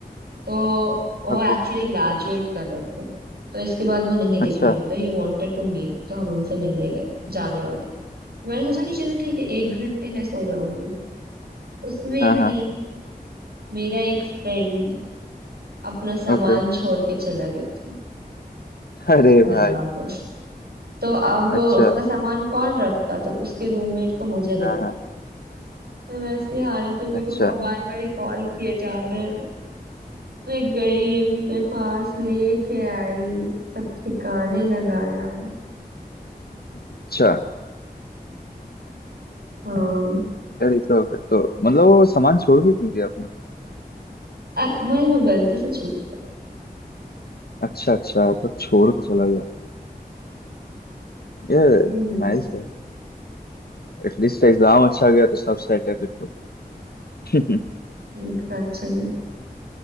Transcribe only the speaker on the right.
तो वो
एक्चुअली ग्रेजुएट कर रहे थे तो इसके बाद वो नहीं दिखे
तो ही वांटेड टू मीट तो हम उनसे मिलने गए जाने वाले थे तो मैंने सोचा कि चलो ठीक है एक घंटे है सो जाऊंगी उसमें
भी
मेरा एक फ्रेंड अपना सामान
छोड़ के चला गया था
घर
वापस तो अब
उसका सामान कौन रखता तो उसके रूममेट को मुझे देना
मैं वैसे हालत में मेरे
को कॉल- बारी बारी कॉल किए जा रहे हैं मैं गई उनके पास लेके आई सब ठिकाने लगाया
हाँ
अ- मैं वो गलती से छूट गया
हम्म,
इसमें
एक तो अच्छा गया